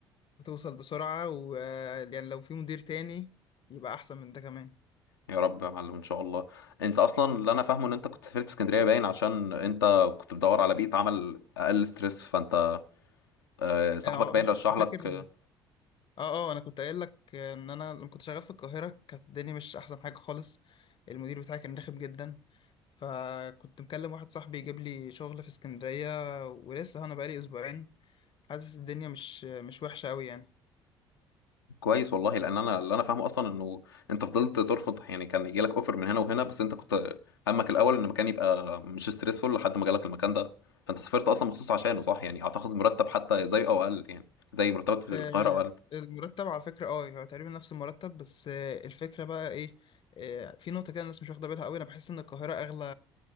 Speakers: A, on the left (about 40°); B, on the left (about 80°).
A: وتوصل بسرعة ويعني لو في مدير تاني يبقى أحسن من ده كمان
B: يا رب يا معلم ان شاء الله انت اصلا اللي انا فاهمه ان انت كنت سافرت اسكندرية باين عشان انت كنت بتدور على بيئة عمل اقل ستريس فانت آه، صاحبك
A: أنا
B: باين
A: أنا
B: رشح
A: كنت
B: لك
A: فاكر أه أه أنا كنت قايل لك إن أنا لما كنت شغال في القاهرة كانت الدنيا مش أحسن حاجة خالص المدير بتاعي كان رخم جدا فكنت مكلم واحد صاحبي يجيب لي شغل في اسكندرية ولسه أنا بقالي أسبوعين حاسس الدنيا مش مش وحشة أوي يعني
B: كويس والله لان انا اللي انا فاهمه اصلا انه انت فضلت ترفض يعني كان يجي لك اوفر من هنا وهنا بس انت كنت همك الاول ان المكان يبقى مش ستريسفول لحد ما جالك المكان ده فانت سافرت اصلا مخصوص عشانه صح يعني اعتقد مرتب حتى زي او اقل يعني زي مرتبك في
A: آه،
B: القاهره او اقل
A: المرتب على فكرة اه هو تقريبا نفس المرتب بس آه، الفكرة بقى ايه آه، في نقطة كده الناس مش واخدة بالها قوي انا بحس ان القاهرة اغلى